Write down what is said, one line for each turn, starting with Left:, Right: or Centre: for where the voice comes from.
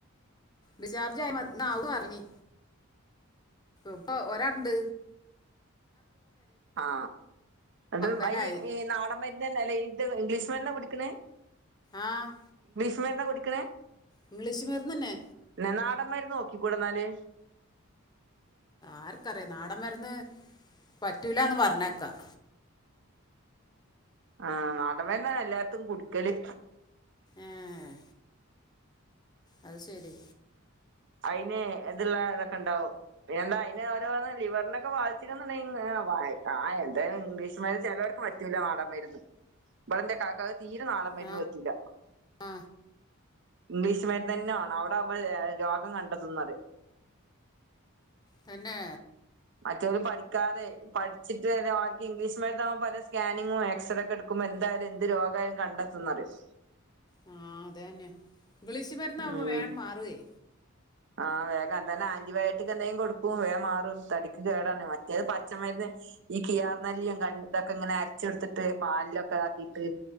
Left: ഡിസ്ചാർജായി ഇന്ന് ആകുന്ന് പറഞ്ഞിനീ. ഇപ്പ ഒരാണ്ട്.
Right: ആ എന്ന
Left: ബനായി
Right: വെ ഇ നാടന്മരുന്ന്ന്നേ അല്ലെ ഇത് ഇംഗ്ലീഷ് മരുന്ന് പിടി- ക്ക്‌ണ്.
Left: ആ.
Right: നാടൻ മരുന്നാ കുടിക്കണേ.
Left: ഇംഗ്ലീഷ് മരുന്ന് ന്നെ.
Right: ന്നാ നാടൻ മാരുന്ന് നോക്കിക്കൂടെ എന്നാല്.
Left: ആർക്കറിയ നാടൻ മരുന്ന് പറ്റൂലാന്ന് പറഞ്ഞേക്കാം.
Right: ആ നാടൻ മരുന്ന് എല്ലാടത്തും കുടിക്കല്.
Left: ഏഹ്. അത് ശരി.
Right: അതിന് ഇതുള്ള ഇതൊക്കെ ഉണ്ടാവും പിന്ന എന്താ അതിന് ഓരോന്ന് ലിവറിനെക്കെ ബാധിക്കുന്നുണ്ട് ആ എന്തായാലും ഇംഗ്ലീഷ് മരുന്ന് ചിലവർക്ക് പറ്റുല്ല നാടന് മരുന്ന്. ഇവടെഎന്റെ കാക്കക്ക് തീരെ നാട മരുന്നും
Left: ആ
Right: പറ്റൂല്ല.
Left: ആ.
Right: ഇംഗ്ലീഷു മരുന്ന് തന്നെ വേണം അവിടെ ഏ രോഗം കണ്ടെത്തുന്ന് പറയും.
Left: തന്നെ.
Right: മറ്റെവര് പഠിക്കാതെ പഠിച്ചിട്ട് അവർക്ക് ഇംഗ്ലീഷ് മരുന്ന് ആവുമ്പോ പല സ്കാനിങ്ങും എക്സറേ ഒക്കെ എടുക്കുമ്പം. എന്തായാലും എന്ത് രോഗായാലും കണ്ടെത്തും എന്ന് പറയും.
Left: ആ അത് തന്നെ ഇംഗ്ലിഷു മരുന്ന് ആവുമ്പോ
Right: ഉം
Left: വേഗം മാറുവെലേ.
Right: ആ വേഗം എന്താന്നെ ആന്റിബയോട്ടിക് എന്തെങ്കും കൊടുക്കും വേഗം മാറും. തടിക്ക് കേടാണ് മറ്റേത് പച്ചമരുന്ന് ഈ കിയർ നെല്ലിയും കണ്ടതൊക്കെ ഇങ്ങനെ അരച്ചെടുത്തിട്ട് പാല് ലിലോക്കെ ആക്കിയിട്ട്.